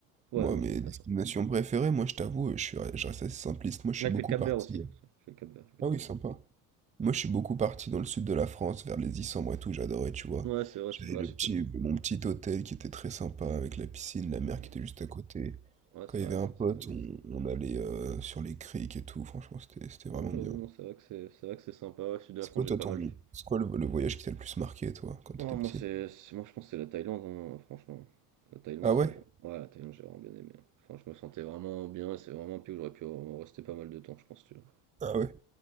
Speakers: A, on the right (about 45°); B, on the right (about 15°).
A: Ouais,
B: Moi,
A: non,
B: mes
A: j'ai eu de
B: destinations
A: la chance.
B: préférées, moi, je t'avoue, euh, je suis, je reste assez simpliste. Moi, je
A: Là,
B: suis beaucoup
A: je fais le Cap-Vert
B: parti.
A: aussi. Je
B: euh.
A: fais le Cap-Vert, je vais
B: Ah
A: te
B: oui,
A: le
B: sympa.
A: dire.
B: Moi, je suis beaucoup parti dans le sud de la France, vers les Issambres et tout, j'adorais, tu vois.
A: Ouais, c'est vrai,
B: J'avais
A: c'est ouais,
B: le
A: c'est
B: petit,
A: non,
B: mon petit hôtel qui était très sympa, avec la piscine, la mer
A: c'est-
B: qui était juste à côté.
A: ouais,
B: Quand
A: c'est
B: il
A: vrai,
B: y avait
A: non,
B: un pote,
A: c'est ça,
B: on,
A: c'est ça.
B: on allait euh, sur les criques et tout, franchement, c'était, c'était vraiment
A: Non, j'avoue,
B: bien.
A: non, c'est vrai que c'est c'est vrai que c'est sympa. Le sud de
B: C'est
A: la France,
B: quoi
A: j'ai
B: toi
A: pas
B: ton...
A: mal fait.
B: C'est quoi le, le voyage qui t'a le plus marqué toi quand t'étais
A: Oh,
B: petit?
A: moi, c'est c'est- moi, je pense que c'est la Thaïlande, hein, franchement. La Thaïlande,
B: Ah
A: ça...
B: ouais?
A: ouais, la Thaïlande, j'ai vraiment bien aimé. hein. Enfin, je me sentais vraiment bien et c'est vraiment un pays où j'aurais pu en rester pas mal de temps, je pense, tu vois.
B: Ah ouais?